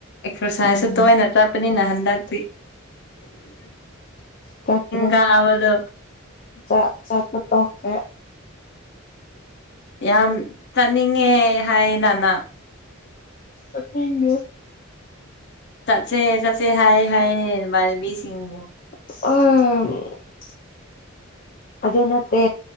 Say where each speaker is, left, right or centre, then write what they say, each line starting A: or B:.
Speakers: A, on the left; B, on the left.
A: ꯑꯦꯛꯁꯔꯁꯥꯏꯁꯁꯨ
B: ꯎꯝ
A: ꯇꯣꯏꯅ ꯆꯠꯄꯅꯤꯅ ꯀꯗꯔꯤ
B: ꯆꯥꯇꯦ
A: ꯀꯥꯕꯗꯣ
B: ꯆꯥꯛ ꯆꯥ ꯇ ꯑ
A: ꯌꯥꯝ ꯆꯥꯅꯤꯡꯉꯦ ꯍꯥꯏꯅꯅ
B: ꯑꯅꯦ
A: ꯆꯠꯁꯦ ꯆꯠꯁꯦ ꯍꯥꯏ ꯍꯥꯏꯌꯦ ꯃꯥꯟꯕꯤꯁꯤꯡꯕꯨ
B: ꯑ ꯑꯗꯨ ꯅꯠꯇꯦ